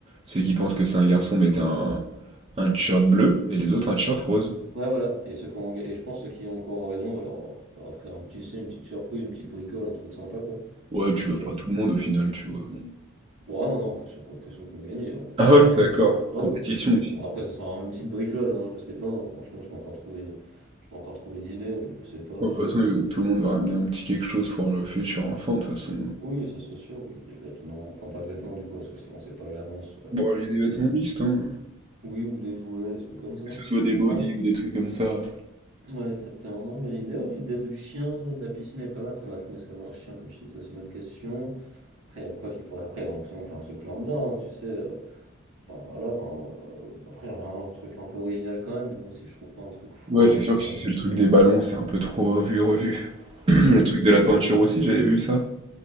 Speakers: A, on the right (about 25°); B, on the right (about 80°).
A: ceux qui pensent que c'est un garçon, mettez un, un t-shirt bleu, et les autres un t-shirt rose.
B: Ouais, voilà. Et ceux qui ont- et je pense ceux qui ont encore raison, on va leur, on va leur faire un petit, tu sais, une petite surprise, une petite bricole, un truc sympa, quoi.
A: Ouais, tu
B: Ça
A: l'offres
B: peut être.
A: à tout le monde au final, tu vois. Bon.
B: Bon, ah non, non, question qu'on question qu'on gagne. on-
A: Ah
B: Attends,
A: ouais, d'accord.
B: un peu. Ah
A: Compétition
B: oui, pas d'esprit
A: ici.
B: de con. Après, ça sera vraiment une petite bricole, hein, je sais pas, hein, franchement, j'ai pas encore trouvé, j'ai pas encore trouvé d'idée, mais je sais pas. euh,
A: Ouais, De toute façon, euh, tout le monde va ramener un petit quelque chose pour le futur enfant, de toute façon.
B: Oui, ça c'est sûr, oui, des vêtements, enfin pas de vêtements du coup, parce que si on sait pas à l'avance, euh,
A: Bon, il y a des vêtements
B: peut-être,
A: mixtes, hein.
B: oui, ou des jouets, des trucs comme ça.
A: Que ce soit des bodys
B: Ouais,
A: ou des trucs comme ça.
B: ouais, exactement, non, mais l'idée, ouais, l'idée du chien, euh, de la piscine est pas mal. Après, ma femme, est-ce qu'elle a un chien, comme je te dis, ça c'est une autre question. Après, il y a quoi qui pourrait. Après, on, si on fait un truc lambda, hein, tu sais. euh, Enfin voilà, hein, euh, après un, truc un peu original quand même, mais bon si je trouve pas un truc fou,
A: Ouais, c'est
B: euh,
A: sûr
B: faudra
A: que si
B: bien.
A: c'est le truc des ballons, c'est un peu trop revu, revu. <clears throat> Le
B: Ouais
A: truc
B: c'est ça.
A: de la peinture aussi, j'avais vu ça.